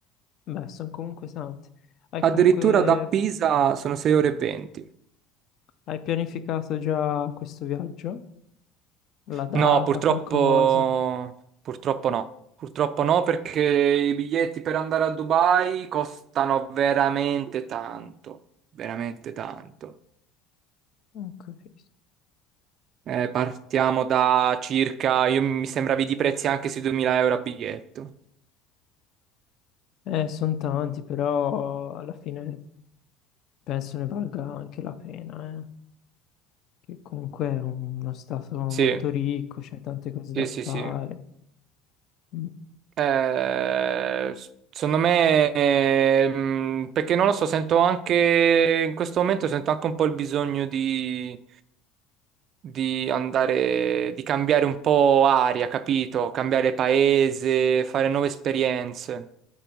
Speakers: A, on the left; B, on the right.
A: Beh, sono comunque tante. Hai
B: Addirittura
A: comunque...
B: da Pisa sono 6 ore e 20.
A: Hai pianificato già questo viaggio? La data,
B: No, purtroppo...
A: qualcosa?
B: Purtroppo no. Purtroppo no, perché i biglietti per andare a Dubai costano veramente tanto, veramente tanto.
A: Non capisco.
B: Eh, partiamo da circa, io- mi sembravi di prezzi anche sui 2000 euro a biglietto.
A: Eh, sono tanti, però alla fine penso ne valga anche la pena, eh. Che comunque è uno stato
B: Sì,
A: molto ricco, c'è tante cose
B: sì,
A: da fare.
B: sì, sì.
A: Mm.
B: Eh, s- secondo me, ehm, perché non lo so, sento anche, in questo momento sento anche un po' il bisogno di, di andare, di cambiare un po' aria, capito? Cambiare paese, fare nuove esperienze.